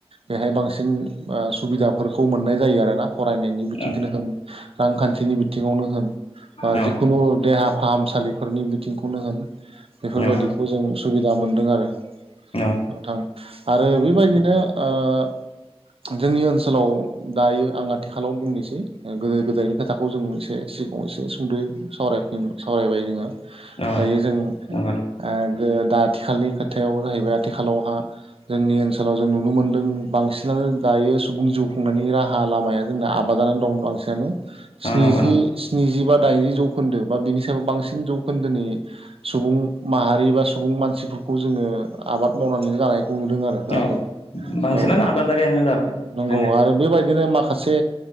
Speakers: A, on the right; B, on the left.
A: बेहाय बांसिन ओ सुबिदाफोरखौ मोननाय जायो आरो ना। फरायनायनि बिथिंखोनो
B: नंगौ
A: होन रांखान्थिनि बिथिङावनो होन। बा
B: औ
A: जिखुनु देहा फाहा फाहामसालिफोरनि बिथिंखौनो होन बेफोरबायदिखौ
B: औ
A: जों सुबिदा मोनदों आरो,
B: औ
A: नोंथां आरो बेबायदिनो ओ जोंनि ओनसोलाव दायो आं आथिखालाव बुंनोसै गोदो गोदायनि खोथाखौ जों एसे सिगाङाव एसे एसे सुंद' सावरायफिन सावरायबाय जोङो।
B: औ
A: दायो जों ओ
B: नंगौ नं
A: जे दा आथिखालनि खोथायाव जाहैबाय आथिखालावहा जोंनि ओनसोलाव जों नुनो मोनदों बांसिनानो दायो सुबुं जिउ खुंनायनि राहा लामाया जोंना आबादानो दं बांसिनानो। स्निजि
B: औ नंगौ नं
A: स्निजि जि बा दाइनजि जौखोन्दो बा बिनि सायाव बांसिन जौखोन्दोनि सुबुं माहारि बा सुबुं मानसिफोरखौ जोङो आबाद मावनानै जानाय नुदों आरो दाबो
B: औ
A: <inaudible>
B: बांसिनानो
A: औ
B: आबादारियानो दाबो
A: नंगौ
B: जोंनिया
A: आरो बेबायदिनो मा खासे